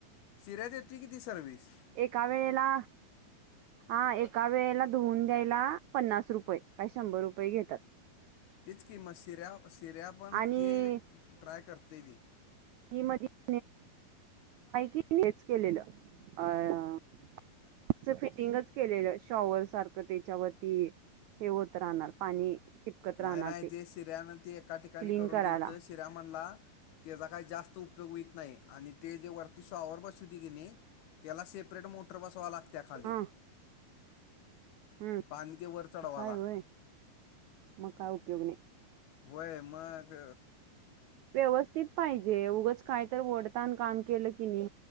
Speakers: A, on the left; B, on the right.
A: शिऱ्या ती किती सर्विस?
B: एका वेळेला हा एका वेळेला धुवुन घ्यायला पन्नास रुपये काय शंभर रुपये घेतात.
A: तीच की, म शिऱ्या, शिऱ्या पण
B: आणि
A: ते ट्राय करतयं ते.
B: <unintelligible> तेच केलेलं. अं- से फिटिंगच केलेलं शॉवर सारखं त्येच्यावरती हे होत राहणार, पाणी टिपकत राहणार
A: नाही-नाही, ते शिऱ्यानं ते एका ठिकाणी
B: क्लीन
A: करून
B: करायला
A: दिलतं, शिऱ्या म्हणला तेजा काय जास्त उपयोग हुईत नाही. आणि ते जे वरती शॉवरं बसवत्यात की नई त्याला सेपरेट मोटर बसवावं लागत्या खाली..
B: हा हम्म,
A: पाणी ते वर चढवाला
B: तसं हाय होय मगं काय उपयोगं नाई..
A: होय मंग.
B: व्यवस्थित पाहिजे, उगचं काय तर वढतानं काम केलं की नई